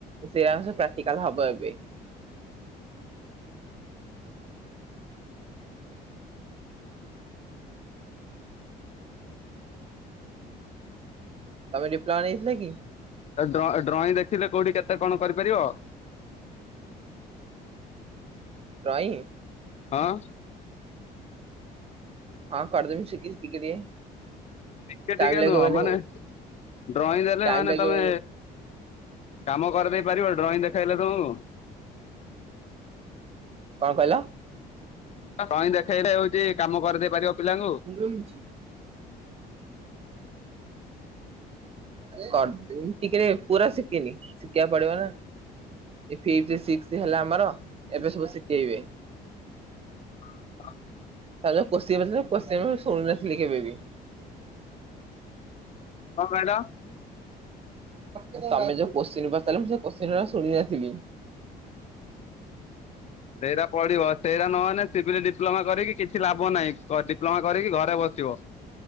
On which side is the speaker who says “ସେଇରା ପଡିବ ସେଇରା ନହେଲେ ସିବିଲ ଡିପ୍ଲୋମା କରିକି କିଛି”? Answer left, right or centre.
Left